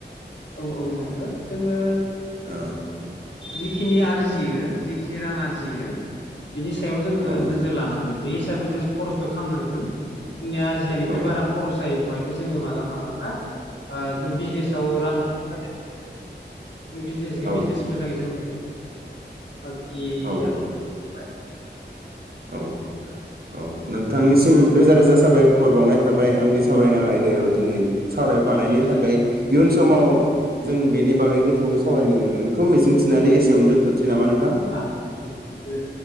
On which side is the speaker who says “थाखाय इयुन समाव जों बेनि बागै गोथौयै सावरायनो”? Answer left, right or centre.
Right